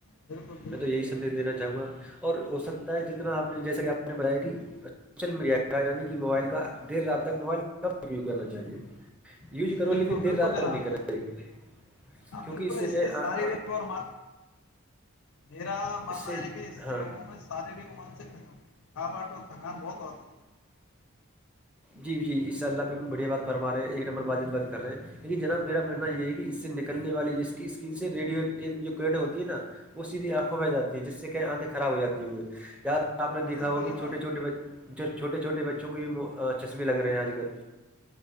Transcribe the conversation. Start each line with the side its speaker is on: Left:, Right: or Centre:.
Left: بالکل بالکل
Centre: میں تو یہی
Left: جی جناب
Centre: سندیش دینا چاہوں گا اور ہو سکتا ہے جتنا آپ نے جیسا کہ آپ نے بڑھیا کہ سوشل میڈیا کا یعنی موبائل کا دیر رات تک موبائل کم کرنا چاہیے یوز کرو
Left: بالکل
Centre: لیکن
Left: بالکل
Centre: دیر رات تک
Left: جناب
Centre: نہیں کرنا چاہیے
Left: ہاں
Centre: کیونکہ
Left: بالکل اس
Centre: کیا
Left: سے
Centre: ہے
Left: ساری ر اور م میرا ماننا
Centre: اس سے
Left: ہے کہ اس
Centre: ہاں
Left: سے لوگوں میں شاریرک اور مانسک تھک کھ باٹ اور تھکان بہت ہوتی ہے
Centre: جی جی اساء اللہ بال بل بڑیا بات فرما رہ ہیں ایک نمبر ماجد بات کر رہے ہیں لیکن جناب میرا ماننا یہ ہے کہ اس سے نکلنے والی جس کی اسکرین سے ریڈو ایکٹی جو کوڈ ہوتی ہے نا وہ سیدھی آنکھوں بہ جاتی ہے جس سے کہ آنکھیں خراب ہو جاتی ہو ہیں یہاں آپ
Left: بالکل
Centre: نے دیکھا ہو کہ
Left: جناب
Centre: چوٹے چھوے جو چھوٹے چھوٹے بچوں کے بھی چشمے لگ رہے ہیں آج کل